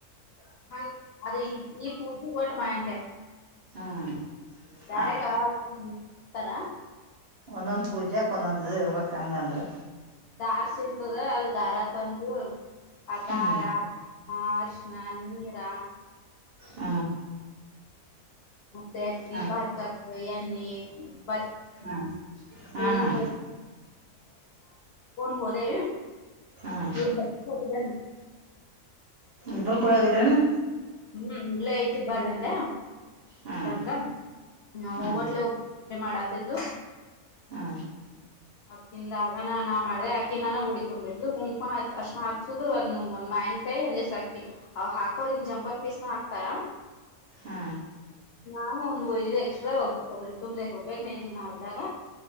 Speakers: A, on the left; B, on the right.
A: ಹಂಗ ಅದು ಈ ಫುಡಿಹಗಟ್ಟ ಮಾವಿನಕಾಯಿ
B: ಹ್ಮ್
A: ಬೆರೆದು
B: ಅ
A: ತರ
B: ಒಂದೊಂದು ಪೂಜೆಕ ಒಂದೊಂದು ಇದು ಇರ್ಬೇಕು ಹಂಗ ಅಂದ್ರೆ
A: ದಾರ್ ಸಿಗ್ತದ ಅದು ದಾರ ತಂದು ಅದಾರಮ್ಮ
B: ಹ್ಮ್
A: ಅರ್ಶ್ಣ ನೀರ
B: ಹ್ಮ್
A: <unintelligible>
B: ಹ್ಮ್
A: <unintelligible>
B: ಹ್ಮ್ ಹ್ಮ್
A: ಹೊಂಡ ಹೋದೆೇ
B: ಹ್ಮ್
A: ಇವ್ರ ಬ ಹೋಗಾನ
B: ಇಬರು ಕೂಡೆ ಹೋಗಿದ್ರನು
A: ಹ್ಮ್ ಇಲ್ಲೇ ಐತಿ ಬರಂದ
B: ಹ್ಮ್
A: ಬರ್ಲ ನಾವ
B: ಹ್ಮ್
A: ಹೋಗೋಟ್ಲೆ ಪುಜೆ ಮಾಡಾತಿದ್
B: ಹ
A: ಅಕಿಂದ ಆಗನ ನಾ ಮಾಡ್ದೆ ಆಕಿನ್ನ ಹುಡಿ ತುಂಬಿದ್ಲು ಕುಂಕಮ ಅ ಹಚ್ಚುದು ಅದ ಒಂದ ಮಾನ್ಕ ಕೈ ಅಂದ್ರ ಸಾಕಿ ಅವ ಹಾಕೋರ ಇನ್ ಜಂಪರ್ ಪೀಸ್ ನ ಹಾಕ್ತಾರ
B: ಹಾ
A: ನಾವು ಒಂದ್ ಒಯ್ದಿದೆ ಎಕ್ಸ್ಟ್ರಾ ಒಬ್ಬ ಒಬ್ರ ತುಂಬ್ರಕ್ ಒಬ್ಬೇಕ್ ನ ಇಲ್ ನಾವ ಇದ್ದಾಗ